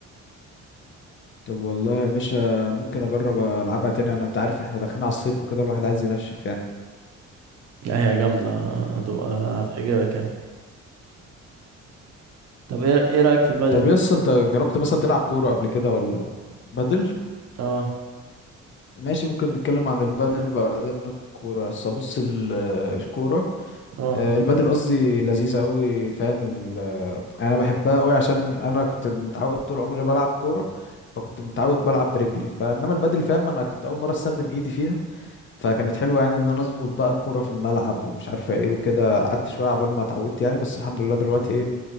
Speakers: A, on the left; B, on the right.
A: طب والله يا باشا ممكن اجرب العبها تاني انا انت عارف احنا داخلين على الصيف وكده الواحد عايز ينشف يعني
B: لا هي جامدة هتبقى هتعجبك يعني طب ايه ايه رأيك في البدل؟
A: طب يسا انت جربت مثلا تلعب كورة قبل كده ولا بدل
B: اه
A: ماشي ممكن نتكلم عن البدل بعدين الكورة بس بص ال- الكورة
B: اه
A: آه، البدل قصدي لذيذة قوي فاهم ال- انا بحبها قوي عشان انا كنت متعود طول عمري بلعب كورة فكنت متعود بلعب برجلي فانما البدل فاهم انا كنت اول مرة استخدم ايدي فيها فكانت حلوه يعني ان انا اظبط بقى الكوره في الملعب ومش عارفه ايه وكده قعدت شويه عقبال ما اتعودت يعني بس الحمد لله دلوقتي ايه